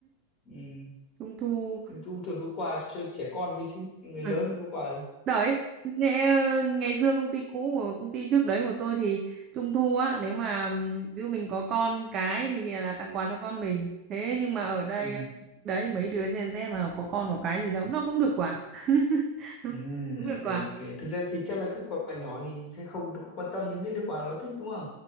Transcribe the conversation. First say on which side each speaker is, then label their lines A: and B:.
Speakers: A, on the left; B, on the right.
A: ừ.
B: Trung thu
A: trung thu thường có quà cho trẻ con thôi chứ chứ người lớn
B: Ừ,
A: không có quà gì
B: đấy nghe- ngày xưa công ty cũ của công ty trước đấy của tôi thì trung thu á nếu mà ừm, ví dụ mình có con cái thì là tặng quà cho con mình thế nhưng mà ở đây
A: ừ.
B: đấy mấy đứa gen Z là có con có cái gì đâu nó cũng được quà <laughs>
A: ừ.
B: cũng được
A: ok
B: quà
A: ok thực ra thì chắc là các quà nhỏ thì hay không được quan tâm nhưng biết được quà là nó thích đúng không